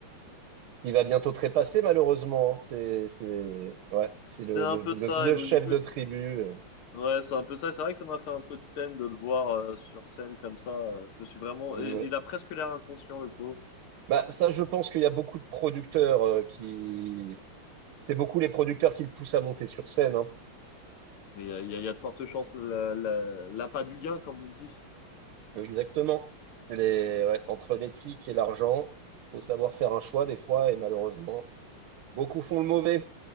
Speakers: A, on the right; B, on the left.
A: qui va bientôt trépasser malheureusement. hein. C'est c'est ouais,
B: C'était
A: c'est le,
B: un
A: le,
B: peu
A: le
B: ça.
A: vieux
B: Et donc,
A: chef
B: du coup,
A: de
B: c'est-
A: tribu. euh.
B: ouais, c'est un peu ça. C'est vrai que ça m'a fait un peu de peine de le voir euh, sur scène comme ça. Euh, Je me suis vraiment.
A: Ouais.
B: et- Il a presque l'air inconscient, le pauvre.
A: Bah ça, je pense qu'il y a beaucoup de producteurs euh, qui c'est beaucoup les producteurs qui le poussent à monter sur scène. hein.
B: Mais il y a, il y a- il y a de fortes chances. La, la, l'appât du gain, comme on dit.
A: Exactement. Les ouais, entre l'éthique et l'argent, faut savoir faire un choix des fois et malheureusement beaucoup font le mauvais.